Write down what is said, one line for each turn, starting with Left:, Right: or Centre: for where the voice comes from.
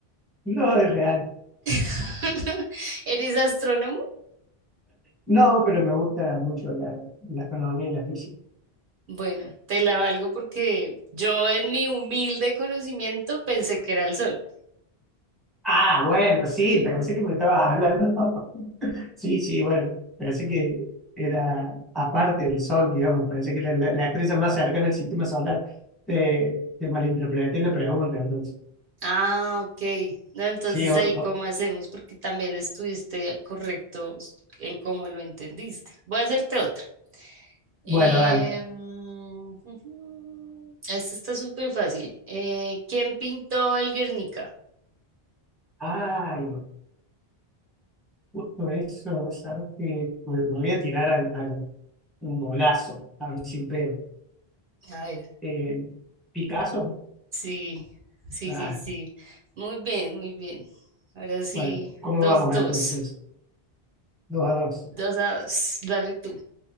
Centre: No, es real.
Right: <laughs> ¿Eres astrónomo?
Centre: No, pero me gusta mucho la, la astronomía y la física.
Right: Bueno, te la valgo porque yo en mi humilde conocimiento pensé que era el Sol.
Centre: Ah, bueno, sí, pensé que me estabas hablando. <laughs> Sí, sí, bueno, pensé que era aparte del Sol, digamos, pensé que era la, la estrella más cercana al sistema solar. Te, te malinterpreté la pregunta, entonces.
Right: Ah, ok. No, entonces
Centre: Sí, o-
Right: ahí cómo
Centre: o-
Right: hacemos, porque también estuviste correcto en cómo lo entendiste. Voy a hacerte otra. Em,
Centre: bueno, dale.
Right: <laughs> esta está súper fácil. Eh, ¿quién pintó el Guernica?
Centre: Ay, justo eso, ¿sabes qué? Me, me voy a tirar al- al- un bolazo, a ver si pego.
Right: A ver,
Centre: Eh, ¿Picasso?
Right: sí, sí,
Centre: Ah,
Right: sí, sí. Muy bien, muy bien. Ahora sí,
Centre: bueno, ¿cómo
Right: dos,
Centre: vamos
Right: dos.
Centre: entonces? Dos a dos.
Right: Dos a dos. Dale tú.